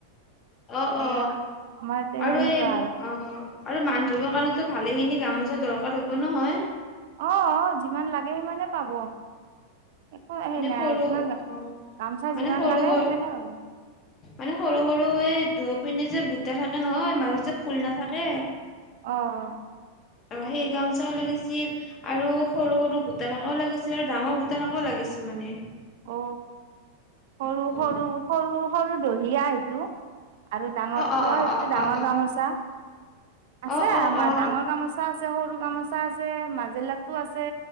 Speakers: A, on the left; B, on the right.
A: অ
B: সেই
A: অ
B: আমাৰ ইয়াতে
A: আৰু
B: সেনেকুৱা
A: এই অ অ আৰু মান ধৰিব কাৰণেটো ভালে খিনি গামোচা দৰকাৰ হ'ব নহয়
B: অ যিমান লাগে সিমানে পাব। একো সেই
A: মানে
B: নাই
A: সৰু
B: যিমান
A: অ
B: গামচা
A: মানে
B: যিমান
A: সৰু
B: লাগে
A: অ
B: সিমানে পাব
A: মানে সৰু সৰু এই দয়ো পিনে যে বুটা থাকে নহয় মাজত যে ফুল নাথাকে
B: অ অ
A: অ সেই গামচাও‌ লাগিছিল আৰু সৰু সৰু বুটা থাকাও লাগিছিল, ডাঙৰ বুটা থাকাও লাগিছিল মানে।
B: অ সৰু
A: অ
B: সৰু সৰু সৰু দহিয়া সেইটো। আৰু ডাঙৰটো
A: অ
B: সেইটো
A: অ অ
B: ডাঙৰ
A: অ
B: গামছা আছে
A: অ অ অ
B: আমাৰ
A: অ
B: ডাঙৰ গামোচা আছে, সৰু গামোচা আছে, মাজেলাতো আছে।